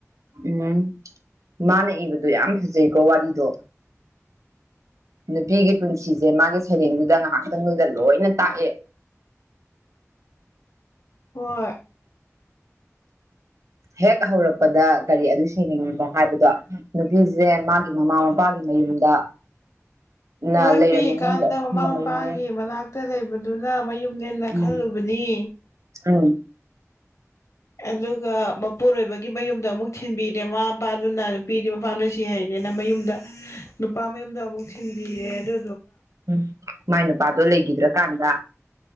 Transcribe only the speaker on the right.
ꯎꯝ ꯃꯥꯅ ꯏꯕꯗꯣ ꯌꯥꯝ ꯐꯖꯩꯀꯣ ꯋꯥꯔꯤꯗꯣ ꯅꯨꯄꯤꯒꯤ ꯄꯨꯟꯁꯤꯁꯦ ꯃꯥꯒꯤ ꯁꯩꯔꯦꯡꯗꯨꯗ ꯉꯥꯏꯍꯥꯛꯇꯪꯗꯨꯗ ꯂꯣꯏꯅ ꯇꯥꯛꯑꯦ
ꯍꯦꯛ ꯍꯧꯔꯛꯄꯗ ꯀꯔꯤ ꯑꯗꯨ ꯁꯩꯔꯦꯡꯗꯨꯅ ꯍꯥꯏꯕꯗꯣ ꯅꯨꯄꯤꯁꯦ ꯃꯥꯒꯤ ꯃꯃꯥ ꯃꯄꯥꯒꯤ ꯃꯌꯨꯝꯗ ꯅ
ꯂꯩꯔꯝꯃꯤ
ꯃꯣꯏꯒꯤ ꯑꯁꯦꯡꯕ
ꯃꯌꯨꯝꯅꯦ
ꯎꯝ
ꯎꯝ
ꯎꯝ ꯃꯥꯏ ꯅꯨꯄꯥꯗꯣ ꯂꯩꯈꯤꯗ꯭ꯔꯀꯥꯟꯗ